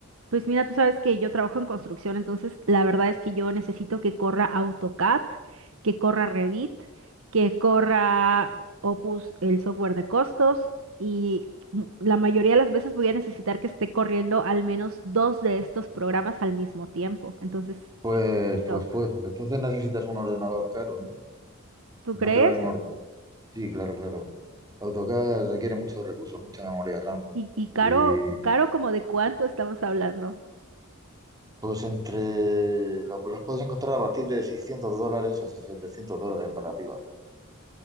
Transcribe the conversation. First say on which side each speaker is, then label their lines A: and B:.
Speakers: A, on the right; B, on the right.
A: Pues mira, tú sabes que yo trabajo en construcción, entonces la verdad es que yo necesito que corra AutoCAD, que corra Revit, que corra Opus, el software de costos, y mu- la mayoría de las veces voy a necesitar que esté corriendo al menos dos de estos programas al mismo tiempo. Entonces,
B: Pues,
A: sí,
B: pues,
A: no.
B: pues, pues, entonces necesitas un ordenador caro, ¿eh?
A: ¿tú
B: No
A: crees?
B: te vale un ordenador. Sí, claro, claro. AutoCAD requiere muchos recursos, mucha memoria RAM.
A: Y, y caro,
B: Y
A: caro como de cuánto estamos hablando.
B: pues entre... Los, los puedes encontrar a partir de 600 dólares o 700 dólares para arriba.